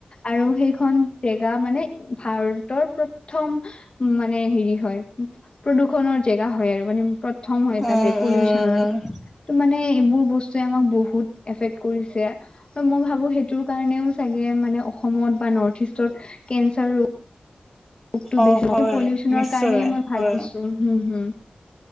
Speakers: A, on the left; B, in the centre.
A: আৰু সেইখন জেগা মানে ভাৰতৰ প্ৰথম উ মানে হেৰি হয় প্ৰদূষণৰ জেগা হয় আৰু মানে। প্ৰথম হয়
B: অ
A: তাতে পলিউশনৰ
B: অ
A: ত মানে এইবোৰ বস্তুৱে আমাক বহুত এফেক্ট কৰিছে। মই ভাবো সেইটোৰ কাৰণেওাগে মানে অসমত বা নৰ্থ ইষ্টত কেন্সাৰ ৰোগ, ৰোগটো
B: অ
A: বেছি
B: হয়
A: পলিউশনৰ
B: নিশ্চয়
A: কাৰণে মই ভাবিছো
B: হয়
A: হম হম